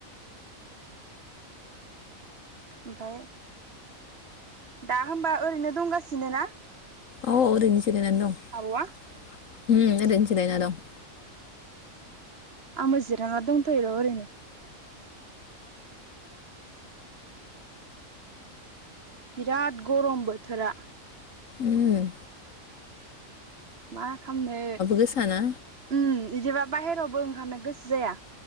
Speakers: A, on the right; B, on the left.
A: ओमफ्राय दा होमबा ओरैनो दंगासिनो ना?
B: औ ओरैनोसो जिरायनानै दं
A: आब'आ
B: उम ओरैनो जिरायना दं
A: आंबो जिरायना दंथ'योर' ओरैनो बिराद गरम बोथोरा
B: उं
A: मा खालामनो
B: गोसाना
A: उम इदिबा बाहेरावबो ओं खानो गोसो जाया